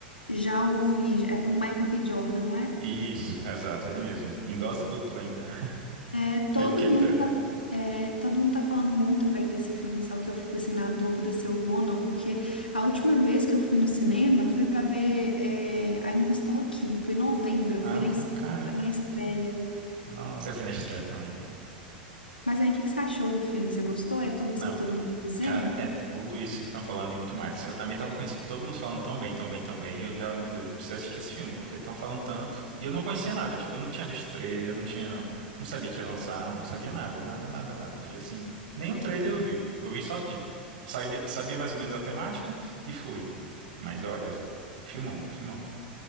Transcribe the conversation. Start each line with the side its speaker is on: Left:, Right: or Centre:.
Left: já ouvi, é com o Michael B. Jordan, não é?
Right: Isso, exato, ele mesmo. Em dose dupla ainda. <laughs>
Left: É, todo
Right: Aquele que entra.
Left: mundo tá, é, todo mundo tá falando muito bem desse filme, só que eu fico, assim, na dúvida se eu vou ou não, porque a última vez que eu fui no cinema foi pra ver, é, Ainda Estou Aqui, foi em novembro, eu
Right: Ah,
Left: fui na, es-
Right: cara.
Left: na estreia.
Right: Nossa, eu fui na estreia também.
Left: Mas aí, o que que você achou do filme? Você gostou? É tudo isso
Right: Não.
Left: que todo mundo tá dizendo?
Right: Cara, é tudo isso que estão falando e muito mais. Assim, Eu também tava com isso, que todo mundo falando tão bem, tão bem, tão bem. E eu já, meu Deus, eu preciso assistir esse filme, porque estão falando tanto. E eu não conhecia nada, tipo, eu não tinha visto trailer, eu não tinha. Não sabia que ia lançar, não sabia nada, nada, nada, nada. Eu fui assim. Nem o trailer eu vi. Eu vi só, tipo, sabia, sabia mais ou menos a temática e fui. Mas olha, filmão, filmão.